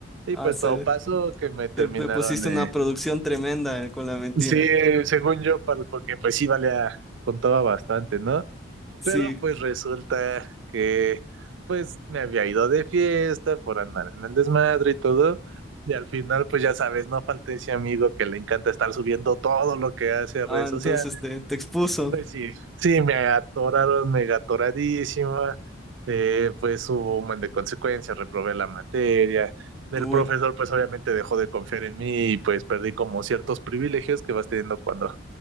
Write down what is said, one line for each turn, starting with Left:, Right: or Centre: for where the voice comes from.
Right: y
Centre: Ah,
Right: pues
Centre: sí.
Right: todo pasó que me terminaron,
Centre: Te, te pusiste
Right: eh,
Centre: una producción tremenda eh, con la mentira.
Right: sí, según yo, para- porque pues sí valía, contaba bastante, ¿no?
Centre: Sí.
Right: Pero pues resulta que pues me había ido de fiesta por andar en el desmadre y todo. Y al final, pues ya sabes, no falta ese amigo que le encanta estar subiendo todo lo que hace a
Centre: Ah,
Right: redes sociales.
Centre: entonces te, te expuso.
Right: Pues sí, sí, me atoraron mega atoradísima. Eh, pues hubo un buen de consecuencias, reprobé la materia. El
Centre: Uy.
Right: profesor, pues obviamente dejó de confiar en mí y pues perdí como ciertos privilegios que vas teniendo cuando,